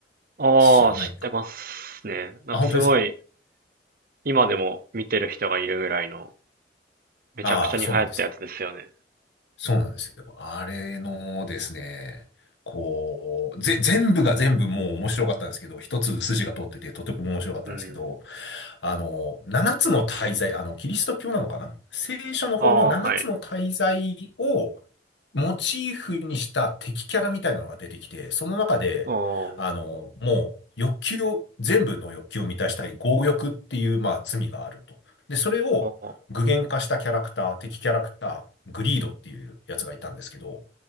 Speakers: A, on the right (about 55°); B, on the left (about 80°).
A: ああ、
B: 知らないか。
A: 知ってますね。なんかすごい、
B: あ、本当ですか
A: 今でも見てる人がいるぐらいの、めちゃくちゃに流行ったやつですよね。
B: ああー、そうなんですよ。そうなんですよ。あれのですね、こう、ぜ、全部が全部もう面白かったんですけど、一つ筋が通っててとても面白かったんですけど、
A: うん。
B: あの、七つの大罪、あの、キリスト教なのかな聖書の方の七つの大罪を
A: ああ、はい。
B: モチーフにした敵キャラみたいなのが出てきて、その中で、
A: ああ、
B: あの、もう欲求を、全部の欲求を満たしたい、強欲っていう、まあ、罪があると。で、それを具現化したキャラクター、
A: ああ、
B: 敵キャラクター、グリードっていうやつがいたんですけど、